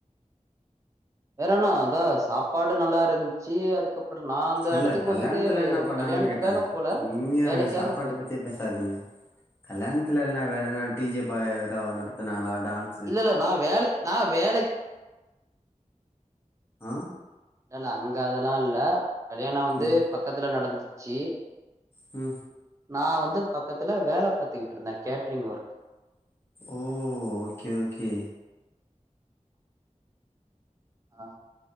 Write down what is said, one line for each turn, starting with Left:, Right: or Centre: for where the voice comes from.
Right: வேறனா அதா சாப்பாடு நல்லா இருந்துச்சி அதுக்கப் ப்ர் நா அந்த
Left: இல்ல
Right: இடத்துக்கு
Left: கல்யாணத்துல
Right: அப்றோ நா அந்த இடத்துக்கு வந்துட்டு
Left: என்ன பண்ணாங்கன்னு
Right: கல்யாணத்துக்காக
Left: கேட்டே
Right: போல
Left: நீங்க
Right: வேலைக்காக
Left: சாப்பாட்ட
Right: போயிருந்தே
Left: பத்தி பேசாதீங்க கல்யாணத்துல எனா வேற என்னா டிஜே பைரோ நடத்துனாங்களா டான்
Right: இல்ல இல்ல நா வேல நா வேலை
Left: ஆ
Right: இல்ல இல்ல அங்க அதல்லா இல்ல கல்யாணோ வந்து
Left: ம்
Right: பக்கத்துல நடந்துச்சி
Left: உ
Right: நா வந்து பக்கதுல வேல பாத்துக்கிட்டு இருந்தே கேட்ரிங் ஒர்க்
Left: ஓ ஓகே ஓகே
Right: ஆ